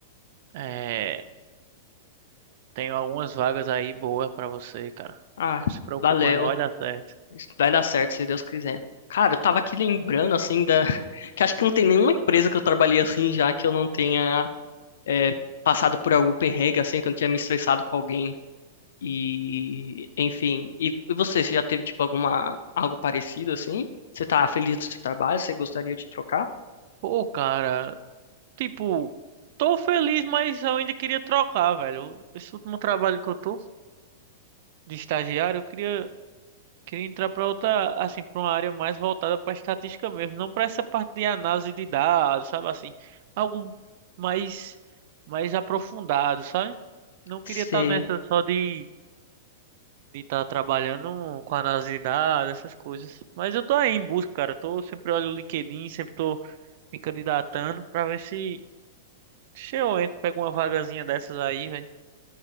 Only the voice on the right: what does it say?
é, tem algumas vagas aí boas pra você, cara.
Não se preocupa,
não, vai dar certo.
Pô, cara, tipo, tô feliz, mas eu ainda queria trocar, velho. Esse último trabalho que eu tô de estagiário, eu queria. Queria entrar para outra, assim, para uma área mais voltada para estatística mesmo, não para essa parte de análise de dados, sabe assim, algo mais mais aprofundado, sabe? Não queria
estar nessa só de de estar trabalhando com análise de dados, essas coisas. Mas eu tô aí em busca, cara. Tô sempre olho o LinkedIn, sempre tô me candidatando para ver se se eu entro, pego uma vagazinha dessas aí, velho.